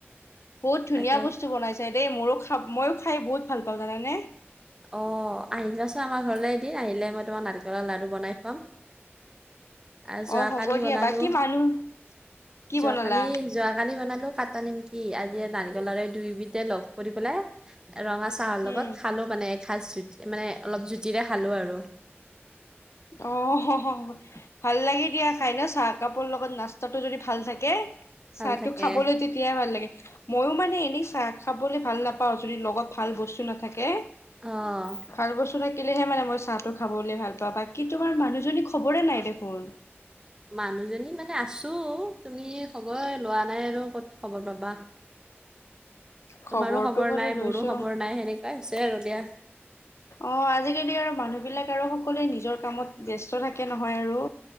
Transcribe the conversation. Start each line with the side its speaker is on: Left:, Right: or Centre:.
Left: বহুত ধনীয়া
Right: তাকে
Left: বস্তু। আ দেই মোৰো খা, মইও খাই বহুত ভাল পাওঁ জানানে।
Right: অ আহিবাচোন আমাৰ ঘৰলৈ এদিন আহিলে মই তোমাৰ নাৰিকলৰ লাড়ু বনাই খোৱাম আ যোৱাকালি
Left: অ হ'ব দিয়া
Right: বনালো
Left: বাকী মানুহ কি
Right: যোৱাকালি
Left: বনালা
Right: যোৱাকালি বনালো কাটা নিমকি আজি নাৰিকলৰে দুবিধে লগ কৰি পেলাই ৰঙা চাহৰ লগত
Left: উম
Right: খালোঁ মানে এসাজ জুতি মানে অলপ জুতিৰে খালো আৰু
Left: অ' অ' ভাল। ভাল লাগে দিয়া। খাই না চাহ কাপৰ লগত নাস্তাটো যদি ভাল থাকে
Right: ভাল
Left: চাহ
Right: থাকে
Left: টো খাবলৈ তেতিয়াহে ভাল লাগে। মইও মানে এনেই চাহ খাবলৈ ভাল নাপাওঁ যদি লগত ভাল বস্তু নাথাকে।
Right: অঁ
Left: ভাল বস্তু থাকিলেহে মানে মই চাহটো খাবলৈ ভাল পাওঁ বাকী তোমাৰ মানুহজনী খবৰে নাই দেখোন।
Right: মানুহজনী মানে আছোঁ। তুমি খবৰ লোৱা নাই আৰু ক'ত, খবৰ পাবা।
Left: খবৰটো
Right: তোমাৰো খবৰ
Left: বাৰু
Right: নাই
Left: লৈছো
Right: মোৰো খবৰ নাই তেনেকুৱা। হেনেকুৱাই হৈছে আৰু দিয়া
Left: অ' অ' আজিকালি আৰু মানুহ বিলাক আৰু সকলোৱে নিজৰ কামত ব্যস্ত থাকে নহয় আৰু।